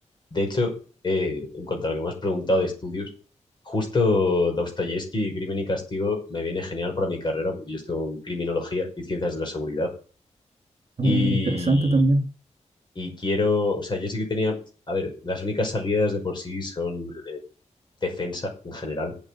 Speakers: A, on the left; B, on the right.
A: De hecho, eh, en cuanto a lo que me has preguntado de estudios, justo Dostoyevsky, Crimen y Castigo, me viene genial para mi carrera, porque yo estudio en criminología y ciencias de la seguridad.
B: Ah,
A: Y,
B: interesante también.
A: y quiero, o sea, yo sí que tenía, a ver, las únicas salidas de por sí son eh, defensa en general.